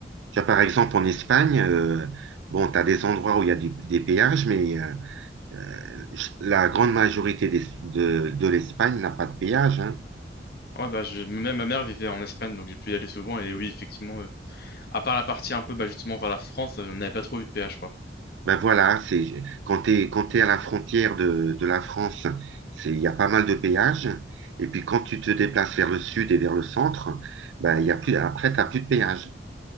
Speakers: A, on the right; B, on the left.
A: Tu vois, par exemple, en Espagne, euh, bon, tu as des endroits où il y a du- des péages, mais euh, euh, la grande majorité des- de, de l'Espagne n'a pas de péage. hein.
B: Ouais, bah, je... ma ma mère vivait en Espagne, donc j'ai pu y aller souvent. Et oui, effectivement, euh, à part la partie un peu bah, justement vers la France, euh, on n'avait pas trop eu de péage, quoi.
A: Ben voilà, c'est, quand tu es, quand t'es à la frontière de, de la France, c'est, il y a pas mal de péages. Et puis quand tu te déplaces vers le sud et vers le centre, ben, il y a plus, après, tu plus de péage.